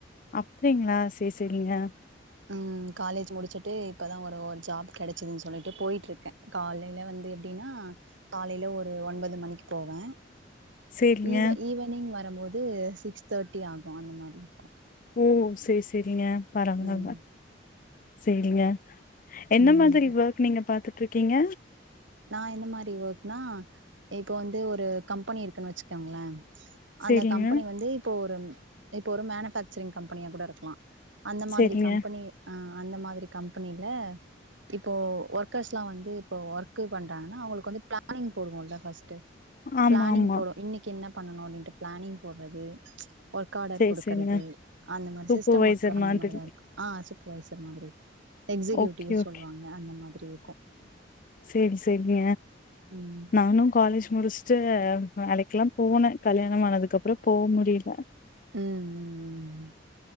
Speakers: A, on the left (about 45°); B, on the right (about 75°).
A: அப்டிங்களா சேர் சேரிங்க
B: உம் காலேஜ் முடிச்சுட்டு இப்பதான் ஒரு ஒரு ஜாப் கெடைச்சதுன்னு சொல்லிட்டு போயிட்டு இருக்கேன் காலேல வந்து எப்டின்னா காலேல ஒரு ஒன்பது மணிக்கு போவேன்
A: சேரிங்க
B: ஈவ ஈவனிங் வ வரும்போது சிக்ஸ் தர்ட்டி ஆகும் அந்த மாரி இருக்கும்
A: ஓ சேர் சேரிங்க பரவால்ல
B: ம்
A: சேரிங்க என்ன
B: ம்
A: மாதிரி ஒர்க் நீங்க பாத்து ட்றுக்கீங்க
B: நான் எந்த மாரி ஒர்க்னா இப்ப வந்து ஒரு கம்பெனி இருக்குன்னு வச்சுக்கங்களேன்
A: சேரிங்க
B: அந்த கம்பெனி வந்து இப்போ ஒரு இப்ப ஒரு மேனுபேக்சரிங் கம்பெனியா கூட இருக்கலாம் அந்த மாதிரி
A: சேரிங்க
B: கம்பெனி ஆஹ் அந்த மாதிரி கம்பெனில இப்போ ஒர்க்கர்ஸ்லாம் வந்து இப்போ ஒர்க் கு பண்றாங்கன்னா அவுங்களுக்கு வந்து பிளானிங் போடுவோம்ல்லா ஃபர்ஸ்ட்
A: ஆமா
B: பிளானிங்
A: ஆமா
B: போடுவோ இன்னைக்கி என்ன பண்ணனும் அப்படின்ட்டு பிளானிங் போட்றது ச் ஒர்காடர்
A: சேரி
B: குடுக்கறது
A: சேரிங்க
B: அந்த மாரி
A: சூப்பர்வைசர்
B: சிஸ்டம் ஒர்க் அந்த
A: மாதிரி
B: மாரிதா இருக்கு ஆ சொ ப்ரைஸர் மாதிரி எக்ஸிக்யூட்டிவ்
A: ஓகே ஓகே
B: சொல்வாங்க அந்த மாத்ரி இருக்கு
A: சேர் சேரிங்க
B: ம்
A: நானு காலேஜ் முடிச் வேலைக்லா போன கல்யாணம் ஆனதுக்கப்றோ போ முடில
B: ம் ம் ம் ம்